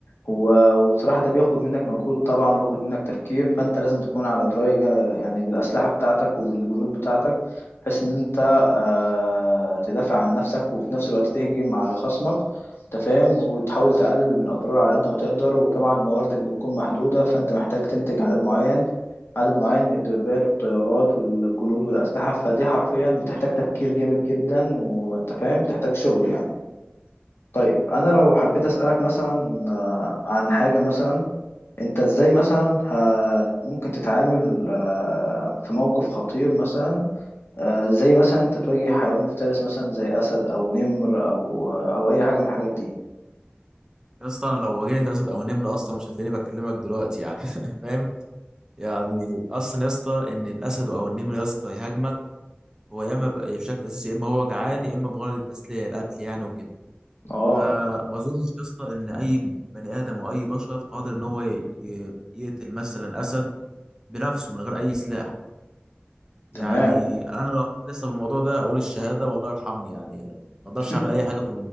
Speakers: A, on the left; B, on the right.
A: و- وبصراحة ده بياخد منك مجهود طبعا وبياخد منك تفكير فانت لازم تكون على دراية جا- يعني بالأسلحة بتاعتك وبالجنود بتاعتك بحيث ان انت آه، تدافع عن نفسك وفي نفس الوقت تهجم على خصمك انت فاهم وتحاول تقلل من الاضرار على قد ما تقدر وطبعا مواردك بتكون محدوده فانت محتاج تنتج عدد معين عدد معين من الدبابات والطيارات والجنود والاسلحه فدي حرفيا بتحتاج تفكير جامد جدا وانت فاهم بتحتاج شغل يعني طيب انا لو حبيت اسالك مثلا آه، عن حاجه مثلا انت ازاي مثلا ه- ممكن تتعامل آه، في موقف خطير مثلا آه، زي مثلا انت تواجه حيوان مفترس مثلا زي اسد او نمر او آه، او اي حاجه من الحاجات دي
B: يا اسطى انا لو واجهت اسد او نمر اصلا مش هتلاقيني بكلمك دلوقتي يعني <laughs> فاهم يعني اصلا يا اسطى ان الاسد او النمر يا اسطى يهاجمك هو يا اما ب- بشكل اساسي يا اما هو جعان يا اما بغرض التسليه القتل يعني وكده
A: اه
B: فما اظنش يا اسطى ان اي بني ادم او اي بشر قادر ان هو ي- ي- يقتل مثلا اسد بنفسه من غير اي سلاح يعني
A: تمام
B: انا لو لسه بالموضوع ده اقول الشهاده والله يرحمني يعني
A: <laughs>
B: ما اقدرش اعمل اي حاجه في